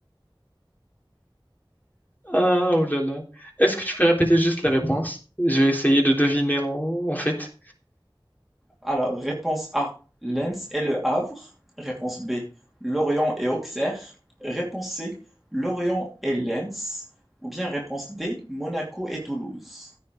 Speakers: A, on the left; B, in the centre.
A: Ah, oulala. Est-ce que tu peux répéter juste la réponse? Je vais essayer de deviner en, en fait.
B: Alors, réponse A, Lens et Le Havre. Réponse B, Lorient et Auxerre. Réponse C, Lorient et Lens. Ou bien réponse D, Monaco et Toulouse.